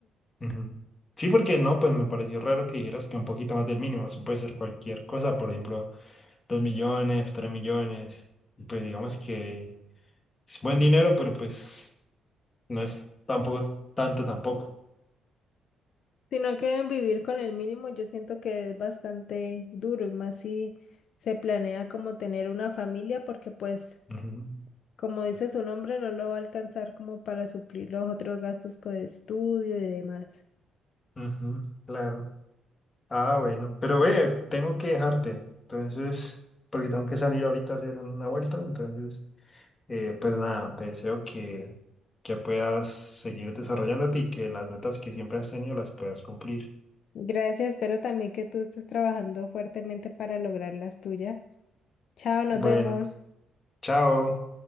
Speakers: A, on the left; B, on the left.
A: Ujú. Sí, porque no, pues me pareció raro que dijeras que un poquito más del mínimo, eso puede ser cualquier cosa, por ejemplo, dos millones, tres millones, y pues digamos que es buen dinero, pero pues no es tampoco tanto tampoco.
B: <laughs> sino que vivir con el mínimo yo siento que es bastante duro y más si se planea como tener una familia, porque pues,
A: Ujú,
B: como dice su nombre, no lo va a alcanzar como para suplir los otros gastos con estudio y demás.
A: ujú, claro. Ah, bueno, pero ve, tengo que dejarte, entonces, porque tengo que salir ahorita a hacer una vuelta, entonces Eh, pues nada, te deseo que, que puedas seguir desarrollándote y que las metas que siempre has tenido las puedas cumplir.
B: Gracias, espero también que tú estés trabajando fuertemente para lograr las tuyas. Chao, nos
A: Bueno,
B: vemos.
A: chao.